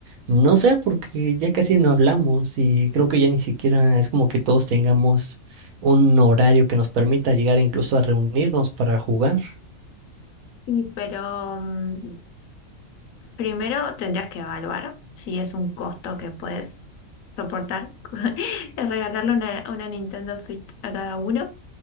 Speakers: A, on the right; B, on the left.
A: No sé, porque ya casi no hablamos y creo que ya ni siquiera es como que todos tengamos un horario que nos permita llegar incluso a reunirnos para jugar.
B: Sí, pero mm, primero tendrías que evaluar si es un costo que puedes soportar, <laughs> el regalarle una, una Nintendo Switch a cada uno.